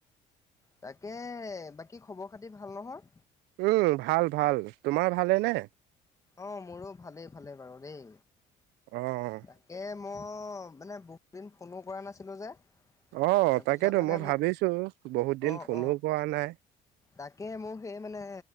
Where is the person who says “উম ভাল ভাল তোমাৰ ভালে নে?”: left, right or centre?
Right